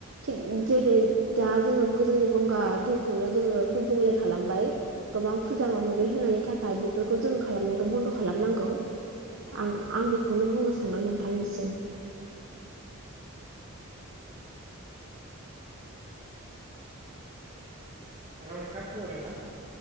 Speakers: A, on the right; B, on the right.
A: थिग जेरै दा जोङो जोंनि गंगार दैखौनो जोङो गुबुंले खालामबाय गोबां फुजा माबा माबि होनायनि थाखाय बेफोरखौ जोङो खालामनायखौ बन्द खालामनांगौ। आं आं बेखौनो बुंनो सानदों नोंथांनिसिम
B: हेलौ नोंथां खोनादों ना?